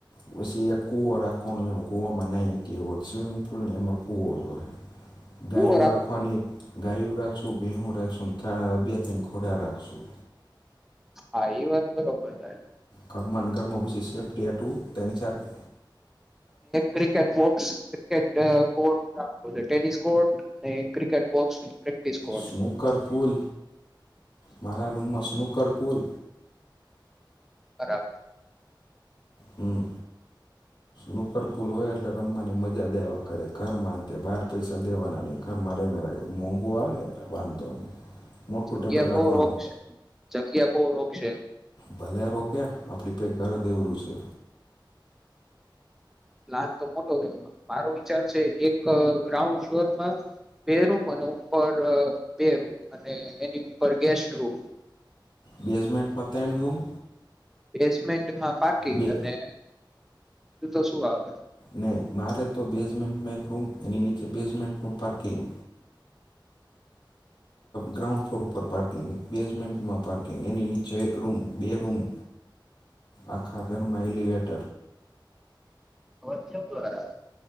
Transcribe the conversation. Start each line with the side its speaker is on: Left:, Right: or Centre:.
Left: પછી એક કૂવો રાખવાનું. કુવામાં ન વત સ્વિમિંગ પુલ ને અમર કુવો જો દાયઓ
Centre: કુવો રાખો
Left: રાખવાની ગાયું રાખશું, બેહો રાખશું અબત ઘોડા રાખશું.
Centre: હા, એ વાત બરોબર તારી.
Left: ઘરમાંની ઘરમાં પછી સેફ્ટ એટું તેની સારું
Centre: ક્રિકેટ બોક્સ, ક્રિકેટ કોર્ટ રાખવું ટેનિસ કોર્ટ અને cricket box court
Left: snooker pool મારા રૂમમાં સ્નુકર પુલ
Centre: બરાબર.
Left: હમ નુકરપુલ હોય એટલે રમવાની મજા દેવા કરે ઘર બાર પૈસા દેવાના નઈ ઘર માં ર મોંઘુ આવે વાંધો મોટું ટેબલ
Centre: જગ્યા
Left: રાખવાનું
Centre: બો રોક્ષ જગ્યા બો રોક્ષશે.
Left: ભલે રોકે આપડી પ ઘર દેવડું છે.
Centre: લાથ તો મોટો થમાં મારો વિચાર છે, એક ગ્રાઉન્ડ ફ્લોરમાં બે રૂમ અને ઉપર બે રૂમ અને એની ઉપર ગેસ્ટ રૂમ.
Left: બેઝમેન્ટમાંતા રૂમ
Centre: બેઝમેન્ટમાં પાર્કિંગ
Left: બે
Centre: અને તો શું આવે
Left: નહી મારે તો બેઝમેન્ટમાં એક રૂમ એની નીચે બેઝમેન્ટમાં પાર્કિંગ ગ્રાઉન્ ફ્લોર્કંગ બેમે પ્કિંગ એનીચ એક રૂમ બે રૂમ આખા ઘરમાંટ
Centre: અરુંરા